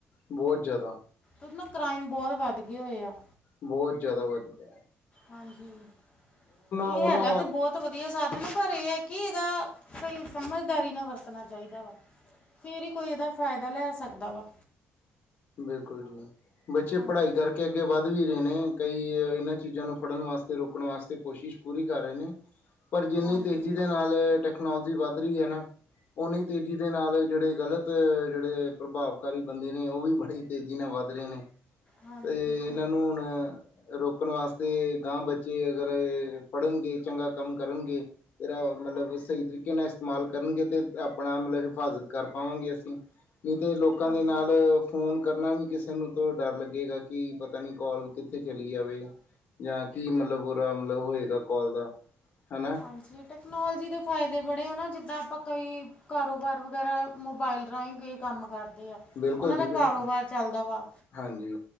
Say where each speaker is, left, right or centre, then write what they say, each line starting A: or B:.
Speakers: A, on the left; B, on the left.
A: ਬਹੁਤ ਜ਼ਿਆਦਾ।
B: ਉਹਦੇ ਨਾਲ ਕ੍ਰਾਈਮ ਬਹੁਤ ਵੱਧ ਗਏ ਹੋਏ ਆ।
A: ਬਹੁਤ ਜਿਆਦਾ ਵੱਧ ਗੇ।
B: ਹਾਂਜੀ, ਇਹ
A: ਉਹਨਾਂ
B: ਹੈਗਾ ਤੇ ਬਹੁਤ ਵਧੀ ਵੀ ਇਹ ਸਾਧਨ, ਪਰ ਇਹ ਹੈ ਕਿ ਇਹਦਾ ਸਹੀ ਸਮਝਦਾਰੀ ਨਾ ਵਰਤਣਾ ਚਾਹੀਦਾ ਵਾ। ਫੇਰ ਹੀ ਕੋਈ ਇਹਦਾ ਫ਼ਾਇਦਾ ਲੈ ਸਕਦਾ ਵਾ।
A: ਬਿਲਕੁਲ ਜੀ, ਬੱਚੇ
B: ਹਾਂਜੀ
A: ਪੜ੍ਹਾਈ ਕਰਕੇ ਅੱਗੇ ਵੱਧ ਵੀ ਰਹੇ ਨੇ, ਕਈ ਇਹਨਾਂ ਚੀਜ਼ਾਂ ਨੂੰ ਫੜਨ ਵਾਸਤੇ, ਰੋਕਣ ਵਾਸਤੇ ਕੋਸ਼ਿਸ਼ ਪੂਰੀ ਕਰ ਰਹੇ ਨੇ, ਪਰ ਜਿੰਨੀ
B: ਹਾਂਜੀ
A: ਤੇਜ਼ੀ ਦੇ ਨਾਲ ਟੈਕਨੋਲੋਜੀ ਵੱਧ ਰਹੀ ਹੈ ਨਾ ਉਨੀ ਤੇਜ਼ੀ ਦੇ ਨਾਲ ਜੇੜੇ ਗਲਤ ਜੇੜੇ ਪ੍ਰਭਾਵਕਾਰੀ ਬੰਦੇ ਨੇ ਉਹ ਵੀ ਬੜੇ ਤੇਜ਼ੀ ਨਾਲ ਵੱਧ ਰਹੇ ਨੇ,
B: ਹਾਂਜੀ
A: ਤੇ
B: ਬਿਲਕੁਲ
A: ਇਨਾਂ ਨੂੰ ਹੁਨ ਰੋਕਨ ਵਾਸਤੇ ਗਾਹ ਬੱਚੇ ਅਗਰ ਪੜ੍ਹਨਗੇ, ਚੰਗਾ ਕੰਮ ਕਰਨਗੇ। ਇਹਦਾ ਮਤਲਬ ਸਹੀ ਤਰੀਕੇ ਨਾਲ ਇਸਤੇਮਾਲ ਕਰਨਗੇ ਤੇ ਆਪਨਾ ਮਤਲਬ ਹਿਫਾਜ਼ਤ ਕਰ ਪਾਵਾਂਗੇ ਅਸੀ। ਨੀ ਤੇ ਲੋਕਾਂ
B: ਹਾਂਜੀ
A: ਦੇ ਨਾਲ ਫੋਨ ਕਰਨਾ ਵੀ ਕਿਸੇ ਨੂੰ ਤਾਂ ਡਰ ਲੱਗੇਗਾ ਕਿ ਪਤਾ ਨਹੀਂ ਕੌਲ ਕਿੱਥੇ ਚਲੀ ਜਾਵੇ। ਜਾਂ ਕੀ ਮਤਲਬ ਓਰਾ ਮਤਲਬ ਹੋਏਗਾ ਕੌਲ ਦਾ। ਹਨਾ
B: ਹਾਂਜੀ ਟੈਕਨੋਲਜੀ ਦੇ ਫਾਇਦੇ ਬੜੇ ਆ ਨਾ ਜਿੱਦਾਂ ਆਪਾਂ ਕਈ ਕਾਰੋਬਾਰ ਵਗੈਰਾ ਮੋਬਾਈਲ ਰਾਹੀਂ ਕਈ ਕੰਮ ਕਰਦੇ ਆ।
A: ਬਿਲਕੁਲ
B: ਓਨਾਂ
A: ਜੀ
B: ਦਾ
A: ਬਿਲਕੁਲ
B: ਕਾਰੋਬਾਰ ਚੱਲਦਾ ਵਾ।
A: ਹਾਂਜੀ